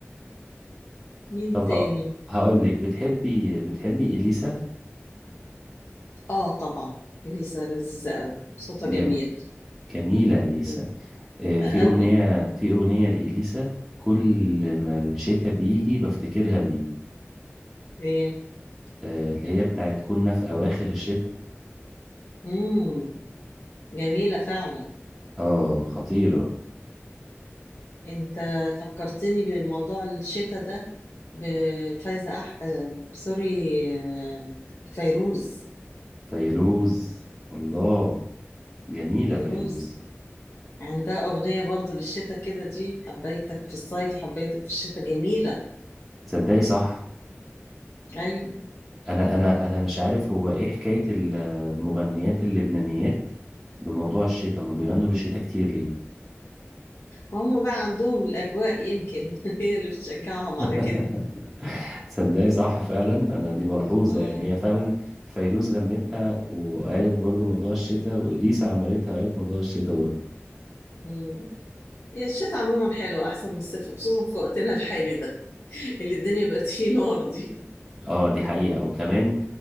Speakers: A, on the left; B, in the centre.
A: مين
B: طب
A: تاني
B: ه- هقول لك بتحبي بتحبي اليسا
A: اه طبعا اليسا لذيذة قوي صوتها
B: جم...
A: جميل
B: جميله اليسا
A: امم
B: آه، في
A: قوي
B: اغنيه في اغنيه لاليسا كل ما الشتاء بيجي بفتكرها بيه
A: هي
B: آه، اللي هي بتاعت كنا في اواخر الشتاء
A: امم جميلة فعلا
B: اه خطيره
A: انت فكرتني بموضوع الشتاء ده بفايزة أح... آه، سوري آه، فيروز
B: فيروز الله جميله
A: فيروز
B: فيروز
A: عندها أغنية برضو للشتاء كده دي حبيتك في الصيف حبيتك في الشتاء جميلة
B: تصدقي صح
A: أيوة
B: انا انا انا مش عارف هو ايه حكايه المغنيات اللبنانيات بموضوع الشتاء هما بيغنوا للشتاء كتير ليه
A: وهم بقى عندهم الأجواء يمكن <laughs> هي اللي بتشجعهم
B: <laughs>
A: على كده
B: تصدقي صح فعلا انا دي ملحوظه
A: اه
B: يعني هي فعلا فيروز غنتها وقالت برضو موضوع الشتاء وليسا عملتها وقالت موضوع الشتاء برضو
A: مم. هي الشتاء عموما حلوة أحسن من الصيف خصوصا في وقتنا الحالي ده اللي الدنيا بقت فيه نار دي
B: اه دي حقيقه وكمان